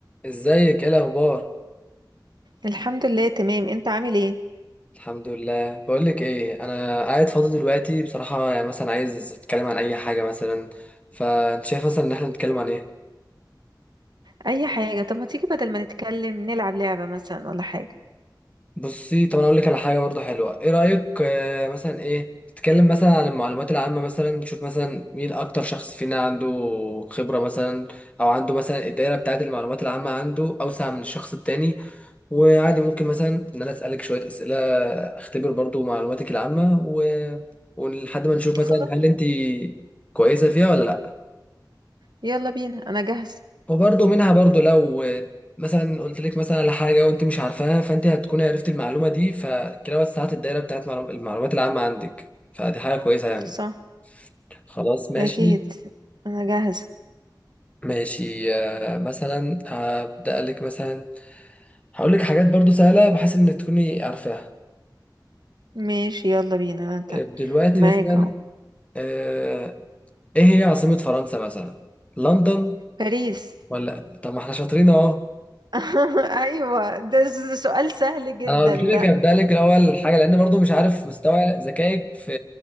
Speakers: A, on the left; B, on the right.
A: ازيك ايه الاخبار
B: الحمد لله تمام انت عامل ايه
A: الحمد لله بقولك ايه انا قاعد فاضي دلوقتي بصراحه يعني مثلا عايز اتكلم عن اي حاجه مثلا فانت شايف مثلا ان احنا نتكلم عن ايه
B: اي حاجه طب ما تيجي بدل ما نتكلم نلعب لعبه مثلا ولا حاجه
A: بصي طب انا اقول لك على حاجه برضو حلوه ايه رايك آه، مثلا ايه نتكلم مثلا عن المعلومات العامه مثلا نشوف مثلا مين اكتر شخص فينا عنده خبره مثلا او عنده مثلا الدايره بتاعه المعلومات العامه عنده اوسع من الشخص التاني وعادي ممكن مثلا ان انا اسالك شويه اسئله اختبر برضو معلوماتك العامه و... ولحد ما نشوف مثلا
B: خلاص
A: هل انت كويسه فيها ولا لا
B: يلا بينا انا جاهزه
A: وبرضو منها برضو لو مثلا قلت لك مثلا على حاجه وانت مش عارفاها فانت هتكون عرفت المعلومه دي فكده وسعت الدايره بتاعت معلوم- المعلومات العامه عندك فدي حاجه كويسه يعني
B: صح
A: خلاص ماشي
B: اكيد انا جاهزه
A: ماشي آه، مثلا هبدا لك مثلا هقول لك حاجات برضو سهله بحيث ان تكوني عارفاها
B: ماشي يلا بينا انا تا-
A: آه، دلوقتي
B: معاك
A: مثلا
B: اهو
A: آه، ايه هي عاصمة فرنسا مثلا؟ لندن
B: باريس
A: ولا طب ما احنا شاطرين اهو
B: <laughs> ايوه ده س- سؤال سهل جدا
A: انا قلت لك
B: ده
A: ابدا لك الاول حاجه لان برضو مش عارف مستوى ذكائك في